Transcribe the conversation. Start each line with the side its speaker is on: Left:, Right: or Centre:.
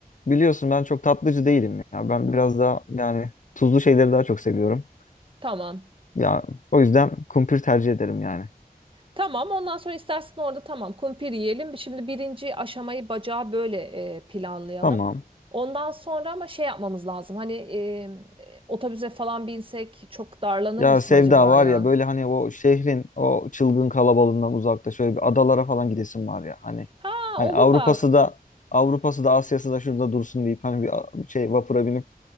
Left: biliyorsun ben çok tatlıcı değilim ya. Ben biraz daha yani tuzlu şeyleri daha çok seviyorum.
Right: Tamam.
Left: Ya o yüzden kumpir tercih ederim yani.
Right: Tamam ondan sonra istersen orada tamam kumpir yiyelim. Şimdi birinci aşamayı bacağı böyle e, planlayalım.
Left: Tamam.
Right: Ondan sonra ama şey yapmamız lazım. Hani e, otobüse falan binsek çok darlanır
Left: Ya
Right: mısın
Left: Sevda
Right: acaba
Left: var
Right: ya?
Left: ya böyle hani o şehrin o çılgın kalabalığından uzakta şöyle bir adalara falan gidesim var ya. Hani
Right: Ha
Left: hani
Right: olur
Left: Avrupa'sı
Right: bak.
Left: da Avrupa'sı da Asya'sı da şurada dursun deyip hani bir a- şey vapura binip